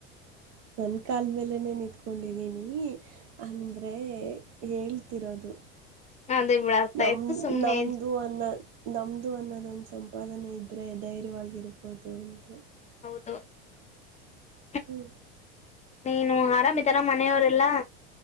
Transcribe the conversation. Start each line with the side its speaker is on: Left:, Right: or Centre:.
Right: ನನ್ನ ಕಾಲ್ ಮೇಲೆನೆೇ ನಿತ್ಕೊಂಡಿದಿನೀ ಅಂದ್ರೇ ಹೇಳ್ತಿರೋದು
Left: ಅದೇ ಬಿಡ ಅರ್ಥ
Right: ನಮ್
Left: ಆಯ್ತು ಸುಮ್ನೆ
Right: ನಮ್ದು ಅನ್ನದ್ ನಮ್ದು ಅನ್ನೋದೊಂದು ಸಂಪಾದನೆ ಇದ್ರೆ ಧೈರ್ಯವಾಗಿರ್ಬಹುದು <unintelligible>
Left: <unintelligible>
Right: ಹ್ಮ್
Left: ನೀನು ಆರಾಮಿದರ ಮನೆವ್ರೆಲ್ಲ